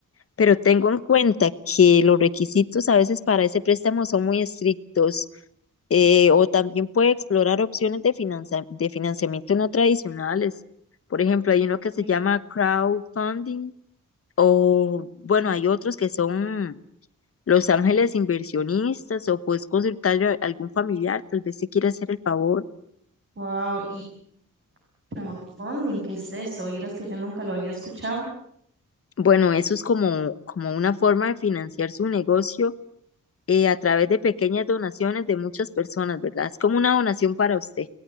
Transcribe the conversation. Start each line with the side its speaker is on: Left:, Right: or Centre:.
Left: pero tengo en cuenta que los requisitos a veces para ese préstamo son muy estrictos. eh, o también puede explorar opciones de finanza- de financiamiento no tradicionales. Por ejemplo, hay uno que se
Right: Eh,
Left: llama crowdfunding O bueno, hay otros que son los ángeles inversionistas o puedes consultarle a algún familiar, tal vez se quiera hacer el favor.
Right: Wow, y crowdfunding, ¿qué es eso? Vieras que yo nunca lo había escuchado.
Left: Bueno, eso es como, como una forma de financiar su negocio eh, a través de pequeñas donaciones de muchas personas, ¿verdad? Es como una donación para usted.